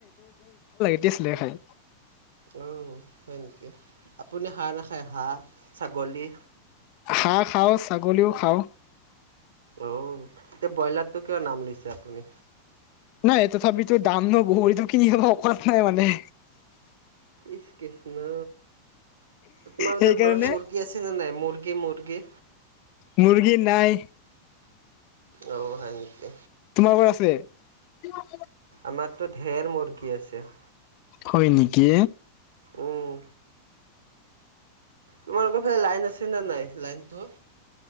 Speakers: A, on the left; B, on the right.
A: <unintelligible> ‌ খাই
B: অ হয় নেকি আপুনি হাঁহ নাখায় হাঁহ, ছাগলী?
A: হাঁহ খাওঁ ছাগলীও খাওঁ!
B: অ তে ব্ৰইলাৰটো কিয় নাম লৈছে আপুনি
A: নাই এ তথাপিতো দাম ন বইলাৰটো কিনি থব অকাত নাই মানে।
B: ইছ কৃষ্ণ তোমালোকৰ
A: সেইকাৰণে
B: ঘৰত মুৰ্গী আছে নে নাই মুৰ্গী মুৰ্গী?
A: মুৰ্গী নাই
B: অঔ হয় নেকি।
A: তোমালোকৰ <inaudible>
B: আমাৰতো ঢেৰ মুৰ্গী আছে। <inaudible>
A: হয় নেকি!
B: উম, তোমালোকৰ ফালে লাইন আছে নে নাই লাইনটো?